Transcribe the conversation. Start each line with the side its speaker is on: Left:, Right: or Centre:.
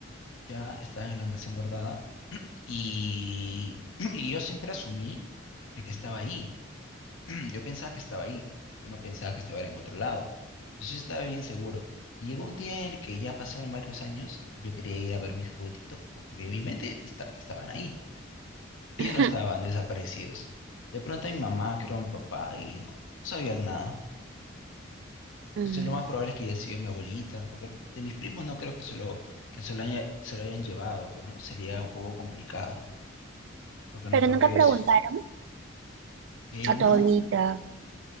Left: ya estaba en el almacén guardada, y, <clears throat> y yo siempre asumí de que estaba ahí, <clears throat> yo pensaba que estaba ahí, yo no pensaba que estaba en otro lado, entonces yo estaba bien seguro. Y llegó un día en el que ya pasaron varios años y yo quería ir a ver mis juguetitos, po- porque en mi mente está, que estaban ahí. Ellos
Right: Ujú.
Left: no estaban desaparecidos. De pronto mi mamá, creo mi papá, y no, no sabían nada.
Right: Mm.
Left: Entonces lo más probable es que haya sido mi abuelita, porque de mis primos no creo que se lo, que se lo, haya- se lo hayan llevado, pues, ¿no? Sería un poco complicado, porque no
Right: Pero
Left: creo
Right: nunca
Left: que ellos...
Right: preguntaron
Left: Eh,
Right: a
Left: no,
Right: tu abuelita,